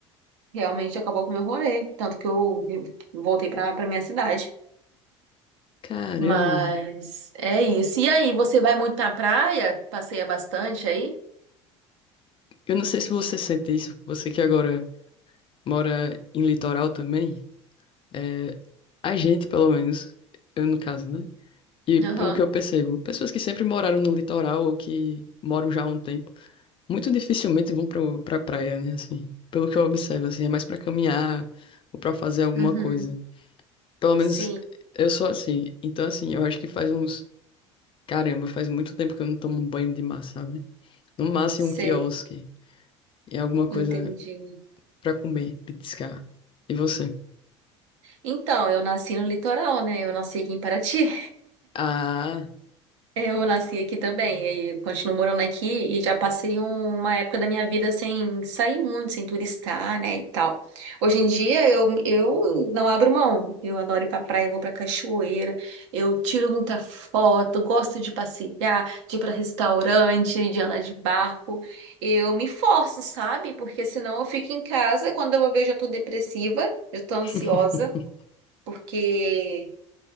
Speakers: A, on the right; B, on the left.
A: Realmente acabou com o meu rolê, tanto que eu eu voltei pra, pra minha cidade.
B: Caramba.
A: Mas é isso. E aí, você vai muito na praia? Passeia bastante aí?
B: Eu não sei se você sente isso, você que agora mora em litoral também, é, a gente, pelo menos, eu no caso, né? E pelo
A: Aham.
B: que eu percebo, pessoas que sempre moraram no litoral ou que moram já há um tempo, muito dificilmente vão pra, pra praia, né? Assim, pelo que eu observo, assim, é mais pra caminhar ou pra fazer alguma
A: Uhum.
B: coisa. Pelo menos
A: Sim,
B: eu sou assim. Então, assim, eu acho que faz uns. Caramba, faz muito tempo que eu não tomo um banho de mar, sabe? No máximo
A: sei.
B: um quiosque. E alguma coisa,
A: Entendi.
B: Pra comer, petiscar. E você?
A: Então, eu nasci no litoral, né? Eu nasci aqui em Paraty. <laughs>
B: Ah,
A: Eu nasci aqui também, e continuo morando aqui e já passei um- uma época da minha vida sem sair muito, sem turistar, né, e tal. Hoje em dia eu, eu não abro mão. Eu adoro ir pra praia, vou pra cachoeira, eu tiro muita foto, gosto de passear, de ir pra restaurante, de andar de barco. Eu me forço, sabe? Porque senão eu fico em casa, quando eu vou ver eu já tô depressiva, eu tô ansiosa,
B: <laughs>
A: porque